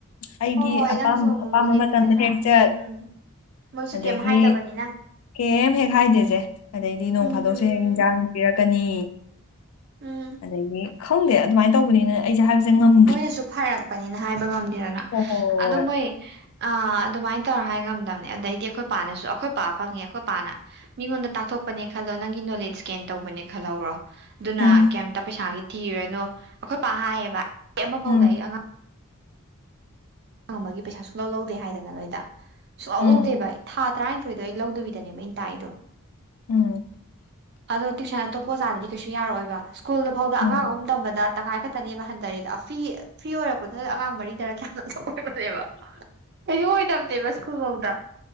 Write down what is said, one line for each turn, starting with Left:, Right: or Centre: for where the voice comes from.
Left: ꯑꯩꯒꯤ
Right: ꯍꯣꯏ ꯍꯣꯏ
Left: ꯑꯄꯥ
Right: ꯅꯪꯁꯨ ꯑꯃꯨꯛꯃꯨꯛ
Left: ꯑꯄꯥꯝꯕ
Right: ꯂꯦꯞꯄꯤꯗꯅ
Left: ꯃꯇꯝꯗ ꯍꯦꯛ ꯆꯠ
Right: ꯎꯝ ꯃꯣꯏꯁꯨ
Left: ꯑꯗꯒꯤ
Right: ꯀꯩꯝ ꯍꯥꯏꯗꯕꯅꯤꯅ
Left: ꯀꯩꯝ ꯍꯦꯛ ꯍꯥꯏꯗꯦꯁꯦ ꯑꯗꯩꯗꯤ ꯅꯣꯡ
Right: ꯎꯝ
Left: ꯐꯥꯗꯣꯛꯁꯨ ꯍꯦꯛ ꯌꯦꯟꯁꯥꯡ ꯄꯤꯔꯛꯀꯅꯤ
Right: ꯎꯝ
Left: ꯑꯗꯒꯤ ꯈꯪꯗꯦ ꯑꯗꯨꯃꯥꯏꯅ ꯇꯧꯕꯅꯤꯅ ꯑꯩꯁꯦ ꯍꯥꯏꯕꯁꯦ ꯉꯝ
Right: ꯃꯣꯏꯅꯁꯨ ꯐꯔꯛꯄꯅꯤꯅ ꯍꯥꯏꯕ ꯉꯝꯗꯦꯗꯅ
Left: ꯍꯣꯏ ꯍꯣꯏ
Right: ꯑꯗꯨ ꯃꯣꯏ ꯑ ꯑꯗꯨꯃꯥꯏꯅ ꯇꯧꯔ ꯍꯥꯏ ꯉꯝꯗꯕꯅꯦ ꯑꯗꯩꯗꯤ ꯑꯩꯈꯣꯏ ꯄꯥꯅꯁꯨ ꯑꯩꯈꯣꯏ ꯄꯥ ꯐꯪꯉꯦ ꯑꯩꯈꯣꯏ ꯄꯥꯅ ꯃꯤꯉꯣꯟꯗ ꯇꯥꯛꯊꯣꯛꯄꯅꯦ ꯈꯜꯂꯣ ꯅꯪꯒꯤ ꯅꯣꯂꯦꯖ ꯒꯦꯟ ꯇꯧꯕꯅꯦ ꯈꯜꯍꯧꯔꯣ ꯑꯗꯨꯅ
Left: ꯎꯝ
Right: ꯀꯩꯝꯇ ꯄꯩꯁꯥꯒꯤ ꯊꯤꯔꯅꯨ ꯑꯩꯈꯣꯏ ꯄꯥ ꯍꯥꯏꯌꯦꯕ ꯑꯩ ꯑꯃ
Left: ꯎꯝ
Right: ꯐꯥꯎꯗ ꯑꯩ ꯑꯉꯥꯡ ꯍꯥꯡ ꯑꯃꯒꯤꯒꯤ ꯄꯩꯁꯥ ꯁꯨꯡꯂ ꯂꯧꯗꯦ ꯍꯥꯏꯗꯅ ꯅꯣꯏꯗ ꯁꯨꯡꯂ
Left: ꯎꯝ
Right: ꯂꯧ ꯂꯧꯗꯦꯕ ꯑꯩ ꯊꯥ ꯇꯔꯥꯅꯤꯊꯣꯏꯗꯣ ꯑꯩ ꯂꯧꯗꯕꯤꯗꯅꯦꯕ ꯑꯩꯅ ꯇꯥꯛꯏꯗꯣ
Left: ꯎꯝ
Right: ꯑꯗꯣ ꯇ꯭ꯋꯏꯁꯟ ꯑꯇꯣꯞꯄ ꯑꯣꯖꯥꯅꯗꯤ ꯀꯩꯁꯨ ꯌꯥꯔꯛꯑꯣꯕ ꯁ꯭ꯀꯨꯜꯗ ꯐꯥꯎꯗ
Left: ꯎꯝ
Right: ꯑꯉꯥꯡ ꯑꯍꯨꯝ ꯇꯝꯕꯗ ꯇꯪꯈꯥꯏ ꯈꯛꯇꯅꯦꯕ ꯍꯟꯊꯔꯦꯗ ꯐꯤ ꯐ꯭ꯔꯤ ꯑꯣꯏꯔꯛꯄꯗꯨꯅ ꯑꯉꯥꯡ ꯃꯔꯤꯗꯔ ꯀꯌꯥꯝ ꯑꯣꯏꯅꯦꯕ ꯀꯩꯩꯅꯣ ꯑꯣꯏꯗꯕꯅꯦꯦꯕ ꯁ꯭ꯀꯨꯜꯐꯧꯗ